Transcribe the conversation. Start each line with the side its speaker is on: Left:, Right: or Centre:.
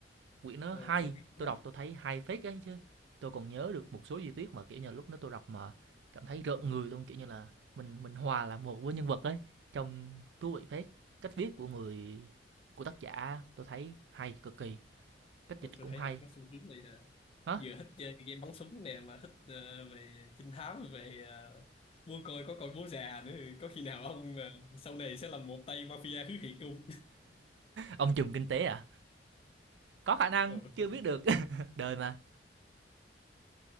Right: quyển nó
Left: Ờ,
Right: hay
Left: tôi biết
Right: tôi đọc tôi thấy hay phết ấy chứ tôi còn nhớ được một số chi tiết mà kiểu như lúc đó tôi đọc mà cảm thấy rợn người luôn kiểu như là mình mình hòa là một với nhân vật ấy trong thú vị phết cách viết của người của tác giả tôi thấy hay cực kỳ cách
Left: Ờ,
Right: dịch
Left: Tôi
Right: cũng
Left: thấy
Right: hay
Left: ông có xu hướng này à.
Right: hả
Left: vừa thích chơi game bắn súng nè mà thích ờ, về trinh thám về ờ, buôn coi có coi bố già nữa có khi nào ông ờ, sau này sẽ là một tay mafia thứ thiệt không
Right: ông trùm kinh tế à có khả năng
Left: <laughs>
Right: chưa biết được <laughs> đời mà